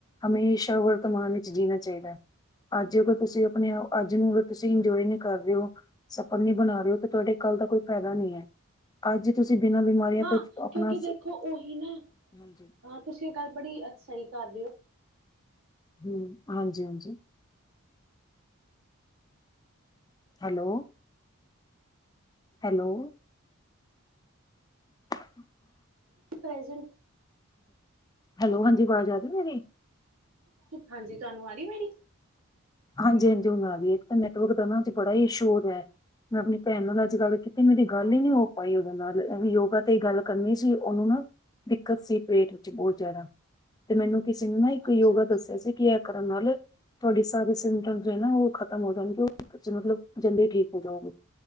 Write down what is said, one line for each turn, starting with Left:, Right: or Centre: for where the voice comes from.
Left: ਹਮੇਸ਼ਾ ਵਰਤਮਾਨ ਇਚ ਜੀਣਾ ਚਾਹੀਦਾ ਹੈ। ਅੱਜ ਅਗਰ ਤੁਸੀਂ ਆਪਣੇ ਆਪ ਅੱਜ ਨੂੰ ਅਗਰ ਤੁਸੀਂ ਇੰਜੋਏ ਨਹੀਂ ਕਰ ਰਹੇ ਹੋ ਸਪਣ ਨੀ ਬਣਾ ਰਹੇ ਹੋ ਤਾਂ ਤੁਹਾਡੇ ਕੱਲ ਦਾ ਕੋਈ ਫਾਇਦਾ ਨਹੀਂ ਹੈ। ਅੱਜ ਤੁਸੀਂ ਬਿਨਾਂ ਬਿਮਾਰੀਆਂ
Right: ਹਾਂ
Left: ਤੋਂ ਆਪਣਾ
Right: ਕਿਉਂਕਿ ਦੇਖੋ ਉਹੀ ਨਾ
Left: ਹਾਂਜੀ
Right: ਹਾਂ ਤੁਸੀਂ ਇਹ ਗੱਲ ਬੜੀ ਸਹੀ ਕਰ ਰਹੇ ਹੋ।
Left: ਹਮ ਹਾਂਜੀ ਹਾਂਜੀ ਹੈਲੋ ਹੈਲੋ <inaudible>
Right: ਪ੍ਰੈਸਟ
Left: ਹੈਲੋ ਹਾਂਜੀ ਆਵਾਜ਼ ਆਰੀ ਹੈ ਮੇਰੀ
Right: ਹਾਂਜੀ ਤੁਹਾਨੂੰ ਆ ਰਹੀ ਮੇਰੀ
Left: ਹਾਂਜੀ ਹਾਂਜੀ ਹਣ ਤਾਂ ਨੈਟਵਰਕ ਦਾ ਨਾ ਅੱਜ ਬੜਾ ਹੀ ਇਸ਼ੂ ਹੋ ਰਿਹਾ ਮੈਂ ਆਪਣੀ ਭੈਣ ਨਾਲ ਅੱਜ ਕੱਲ ਤੇ ਮੇਰੀ ਗੱਲ
Right: ਹਾਂ
Left: ਹੀ ਨੀ ਹੋ ਪਾਈਓਦੋਂ ਨਾਲਂ ਯੋਗਾ ਤੇ ਗੱਲ ਕਰਨੀ ਸੀ ਉਹਨੂੰ ਨਾ ਦਿੱਕਤ ਸੀ ਪੇਟ ਵਿੱਚ ਬਹੁਤ ਜ਼ਿਆਦਾ ਤੇ ਮੈਨੂੰ ਕਿਸੇ ਨੂੰ ਨਾ ਇੱਕ
Right: ਅੱਛਾ
Left: ਯੋਗਾ
Right: ਅੱਛਾ
Left: ਦੱਸਿਆ ਸੀ ਕਿ ਇਹ ਕਰਨ ਨਾਲ ਤੁਹਾਡੀ ਸਾਰੇ ਸਿਟਮ
Right: ਹਾਂ
Left: ਨਾ ਉਹ ਖ਼ਤਮ ਹੋ ਜਾਣਗੇ ਉਹ ਮਤਲਬ ਜਲਦੀ ਠੀਕ ਹੋ ਜਾਓਗੇ